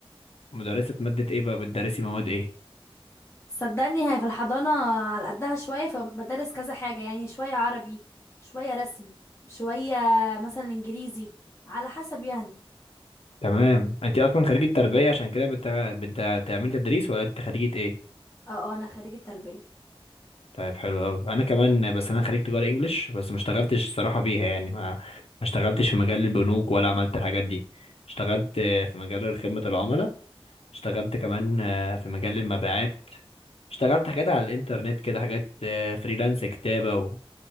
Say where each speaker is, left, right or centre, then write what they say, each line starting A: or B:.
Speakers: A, on the left; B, on the left.
A: مدرسه ماده ايه بقى بتدرسي مواد ايه
B: صدقني هي في الحضانة على قدها شوية فبدرس كذا حاجة يعني شوية عربي شوية رسم شوية مثلا انجليزي على حسب يعني
A: تمام انت اصلا خريجه تربيه عشان كده بت... بتعملي تدريس ولا انت خريجه ايه
B: اه اه انا خريجة تربية
A: طيب حلو قوي انا كمان بس انا خريج تجاره انجلش بس ما اشتغلتش الصراحه بيها يعني ما ما اشتغلتش في مجال البنوك ولا عملت الحاجات دي اشتغلت آه، في مجال خدمه العملاء اشتغلت كمان آه، في مجال المبيعات اشتغلت حاجات على الانترنت كده حاجات آه، فريلانس كتابة